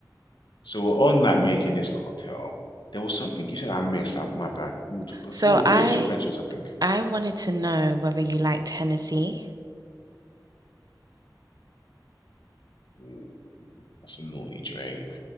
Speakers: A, on the left; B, on the right.
A: So on that making this cocktail, there was something you said I missed. I, my bad. We were t- Before
B: So
A: the beers,
B: I
A: you mentioned something.
B: I wanted to know whether you liked Hennessy.
A: Ooh, that's a naughty drink.